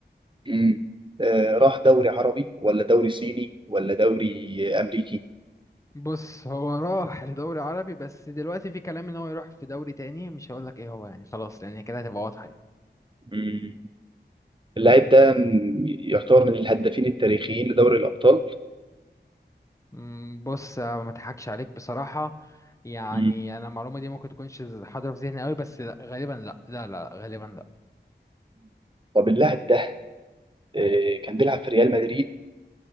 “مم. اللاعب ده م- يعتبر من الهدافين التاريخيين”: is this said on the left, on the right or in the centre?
Right